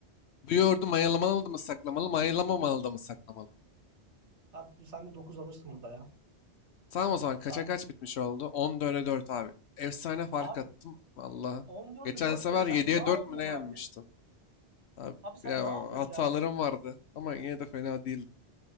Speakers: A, on the left (about 70°); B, on the right (about 80°).
A: Bu yoğurdu mayalamalı mı saklamalı, mayalamamalı da mı saklamalı?
B: Abi bu sen de 9 alırsın burada ya.
A: Tamam o zaman kaça
B: Bence
A: kaç
B: bir...
A: bitmiş oldu? 14'e 4 abi. Efsane fark
B: Abi
A: attım. Valla.
B: 14'e
A: Geçen
B: dört
A: sefer
B: de sen
A: 7'ye
B: ne
A: 4
B: yapıyorsun
A: mü ne yenmiştim?
B: abi?
A: Abi,
B: Abi sen
A: ya
B: ne yapıyorsun
A: o hatalarım
B: yani?
A: vardı. Ama yine de fena değildim.